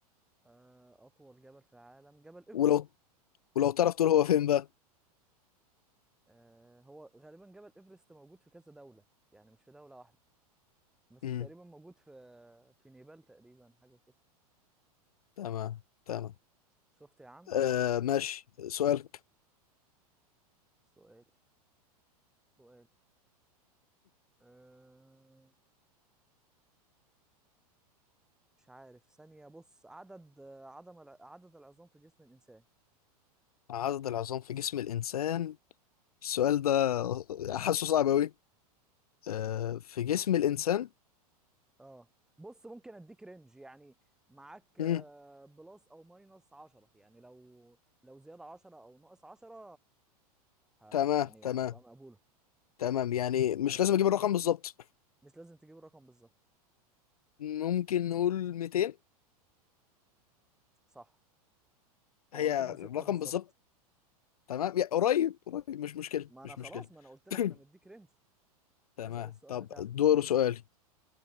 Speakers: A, in the centre; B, on the left.
A: آه، اطول جبل في العالم جبل ايفرست
B: ولو ولو تعرف تقول هو فين بقى
A: آه، هو غالبا جبل ايفرست موجود في كذا دولة يعني مش في دولة واحدة بس
B: امم
A: تقريبا موجود في في نيبال تقريبا حاجة كده
B: تمام تمام
A: شفت يا عم
B: آه ماشي سؤالك
A: سؤالي سؤالي أه... مش عارف ثانية بص عدد آه، عدم الع- عدد العظام في جسم الإنسان
B: عدد العظام في جسم الإنسان السؤال ده حاسه صعب أوي آه في جسم الإنسان
A: اه بص ممكن اديك رينج يعني معاك آه،
B: امم
A: بلس او ماينس 10 يعني لو لو زيادة 10 او ناقص 10 ه...
B: تمام
A: يعني
B: تمام
A: هتبقى مقبولة
B: تمام يعني مش
A: علشان
B: لازم أجيب
A: يعني
B: الرقم
A: س-
B: بالظبط
A: مش لازم تجيب الرقم بالظبط
B: ممكن نقول 200
A: صح
B: هي
A: هو 206
B: الرقم
A: بالظبط
B: بالظبط تمام يا قريب قريب مش مشكلة
A: ما انا
B: مش
A: خلاص
B: مشكلة
A: ما انا قلت لك
B: <coughs> <clears throat>
A: انا مديك رينج
B: تمام
A: اسأل السؤال
B: طب
A: بتاعك
B: دور سؤالي